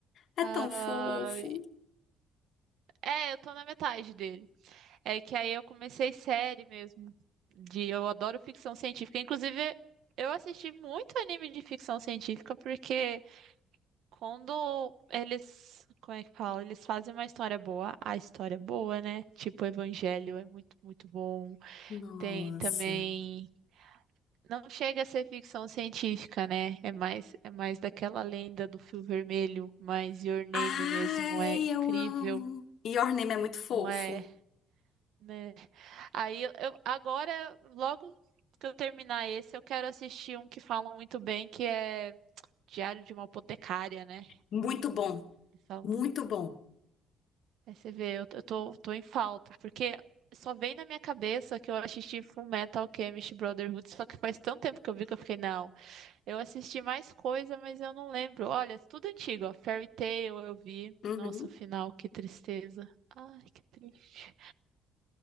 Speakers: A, on the left; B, on the right.
A: É
B: Ah,
A: tão fofo.
B: É, eu tô na metade dele. É que aí eu comecei série mesmo. De, eu adoro ficção científica. Inclusive, eu assisti muito anime de ficção científica porque quando eles, como é que fala? Eles fazem uma história boa, a história é boa, né? Tipo, o Evangelho é muito, muito bom.
A: Nossa.
B: Tem também. Não chega a ser ficção científica, né? É mais, é mais daquela lenda do fio vermelho, mas Your Name
A: Ai,
B: mesmo é incrível,
A: eu amo. Your Name é muito fofo.
B: não é? né? Aí eu, eu- agora, logo que eu terminar esse, eu quero assistir um que falam muito bem, que é Diário de uma Apotecária, né?
A: Muito bom.
B: Eles falam.
A: Muito bom.
B: Aí você vê, eu, eu tô, tô em falta, porque só vem na minha cabeça que eu assisti Fullmetal Alchemist Brotherhood, só que faz tanto tempo que eu vi que eu fiquei, não, eu assisti mais coisa, mas eu não lembro. Olha, é tudo antigo, ó, Fairy Tail eu vi.
A: Uhum.
B: Nossa, o final, que tristeza. Ai, que triste.